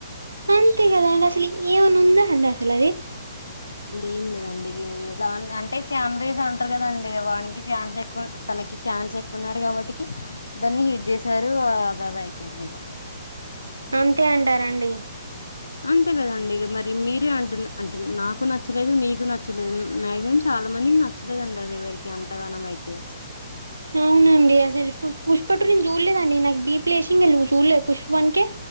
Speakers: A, on the right; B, on the left.
A: అంతే కదా అండి అసలు ఏమన్న ఉంద అండి అసలు అది
B: ఏం లేదండి దా అంటే ఫాంలీస్ అంటారు కదండి వానికి ఫ్యాన్స్ ఎక్కువ తనకి ఫ్యాన్స్ ఎక్కున్నారు కాబట్టికి దాన్ని హి ట్ చేసారు అద అద అయిపోయింది ఇక
A: అంతే అంటారండి
B: అంతే కదండి ఇగ మరి మీరే అంటు అంటే నాకు నచ్చలేదు మీకు నచ్చలేదు మాగ్సుమమ్ చాల చాలా మందికి నచ్చలేదంట అది ఎవరికి అంతగానం అయితే
A: అవునండి అసలు పుష్ప టు నేను చూడలేదండి నాకు ీ <unintelligible> ప లేేసింగ్ క్వు చూడలేదు పుష్పనికే